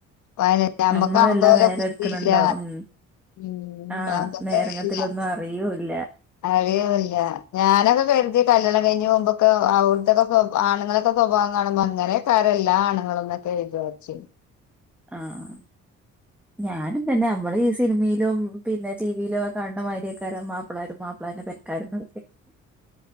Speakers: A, on the left; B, in the centre.
A: വയനല്ല നമ്മക്ക്
B: നമ്മളെല്ലാം
A: അന്ത പോലെ
B: നേരെ
A: ബുദ്ധിയില്ല
B: എടുക്കണുണ്ടോ ഉം
A: ഉം
B: ആ
A: ആ
B: നേരങ്ങത്തിലൊന്നും അറിയൂല്ല
A: അഴിയുമല്ല ഞാനൊക്കെ കെറുതി കല്യാണം കഴിഞ്ഞ്ഞഞ് മുമ്പൊക്കെ അവിടുത്തെൊക്കെ ആണുങ്ങളൊക്കെ സ്വഭാവം കാണുമ്പോ അങ്ങനെക്കാരെ എല്ലാം ആണുങ്ങളൾന്നൊക്കെ എഴ ചോദച്ചും
B: ആഹ <unintelligible> ഞാനും തന്നെ നമ്മള് ഈ സിനിമയിലോ പിന്നെ ടിവിയിലോ കണ്ട മാാര്ര്യക്കാര മാപ്പിളാരും മാപ്പിള മ്ന്റെ പരക്കായിരുന്നു